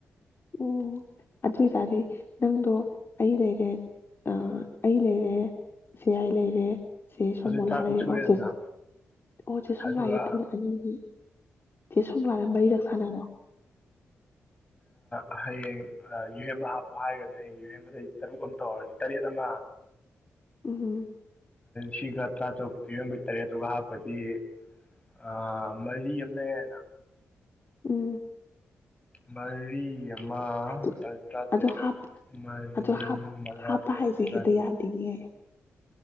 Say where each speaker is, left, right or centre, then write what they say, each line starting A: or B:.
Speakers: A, on the left; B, on the left.
A: ꯎꯝ ꯑꯗꯨꯑꯣꯏꯇꯥꯗꯤ ꯅꯪꯗꯣ ꯑꯩ ꯂꯩꯔꯦ ꯑꯥ ꯑꯩ ꯂꯩꯔꯦ ꯆꯦꯌꯥꯏ ꯂꯩꯔꯦ ꯆꯦ ꯁꯣꯃꯣꯂꯥ
B: ꯑꯗꯨ ꯆꯥꯇ꯭ꯔꯨꯛ
A: ꯂꯩꯔꯦ
B: ꯁꯨꯔꯦꯗꯅ
A: ꯑꯣꯖꯤ ꯑꯣ ꯆꯦ ꯁꯣꯃꯣꯂꯥꯒꯤ
B: ꯑꯗꯨꯒ
A: ꯐꯣꯟꯗꯣ ꯊꯥꯏꯂꯦꯟꯒꯤ ꯁꯤ ꯁꯣꯃꯣꯂꯥꯗ ꯃꯔꯤꯔꯛ ꯁꯥꯅꯧꯑꯣ
B: ꯑ ꯍꯌꯦꯡ ꯑ ꯌꯨꯍꯦꯝꯕ ꯍꯥꯞꯄꯨ ꯍꯥꯏꯈ꯭ꯔꯕꯅꯦ ꯍꯩ ꯌꯨꯍꯦꯝꯕꯗꯩ ꯇꯔꯨꯛ ꯑꯃ ꯇꯧꯔꯅꯤ ꯇꯔꯦꯠ ꯑꯃ
A: ꯎꯝ
B: ꯁꯤꯒ ꯇꯔꯥꯇꯔꯨꯛ ꯄꯤꯔ ꯃꯣꯢ ꯇꯔꯦꯠꯇꯨꯒ ꯍꯥꯞꯄꯗꯤ ꯑꯥ ꯃꯔꯤ ꯑꯃ ꯂꯩꯔꯦꯅ
A: ꯎꯝ
B: ꯃꯔꯤ ꯑꯃ
A: ꯑꯗꯨ
B: ꯑ ꯇ꯭ꯔꯥꯇꯦꯠ
A: ꯑꯗꯨ ꯍꯥꯞ
B: ꯃꯔꯤ
A: ꯑꯗꯨ ꯍꯥꯞ
B: ꯃꯉꯥ
A: ꯍꯥꯞꯄ
B: ꯇꯔꯨꯛ
A: ꯍꯥꯏꯁꯦ
B: ꯇꯔꯦꯠ
A: ꯍꯦꯛꯇ ꯌꯥꯗꯤꯅꯦ